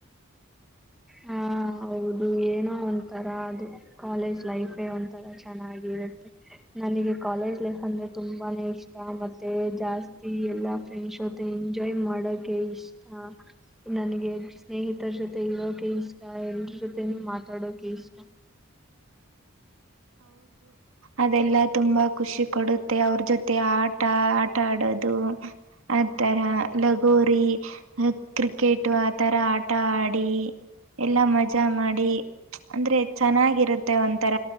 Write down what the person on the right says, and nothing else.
ಅದೆಲ್ಲಾ ತುಂಬಾ ಖುಷಿ ಕೊಡುತ್ತೆ ಅವ್ರ ಜೊತೆ ಮತ್ತೆ ಆಟ ಆಟ ಆಡೋದು ಆ ತರ ಲಗೋರಿ ಕ್ರಿಕೆಟು ಆತರ ಆಟ ಆಡಿ ಎಲ್ಲಾ ಮಜಾ ಮಾಡಿ ಅಂದ್ರೆ ಚೆನ್ನಾಗಿರುತ್ತೆ ಒಂಥರ